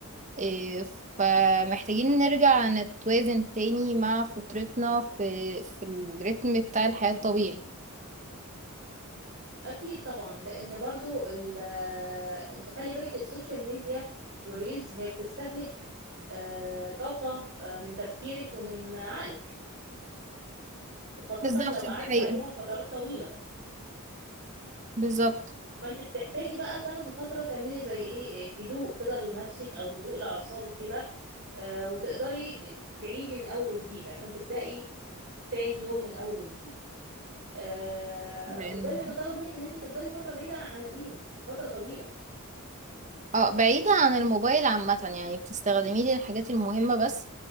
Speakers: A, on the right; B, on the right.
A: آه، فمحتاجين نرجع نتوازن تاني مع فطرتنا في في الريتم بتاع الحياة الطبيعي
B: اكيد طبعا لان برضو ال- آه، انت خلي بالك السوشيال ميديا والريلز هي بتستهلك آه، طاقة آه، من تفكيرك ومن عقلك وخاصة
A: بالظبط
B: لو قعدتي
A: دي حقيقة
B: عليها فترات طويلة
A: بالظبط
B: فانت بتحتاجي بقى تاخدي فترة تعملي زي ايه آه، هدوء كده لنفسك او هدوء لأعصابك كده آه، وتقدري تعيدي من اول وجديد عشان تبدأي تاني يوم من اول وجديد آه
A: لانه
B: وده بيتطلب منك ان انت تفضلي فتره بعيده عن الريلز فتره طويله
A: اه بعيدة عن الموبايل عامة يعني بتستخدميه للحاجات المهمة بس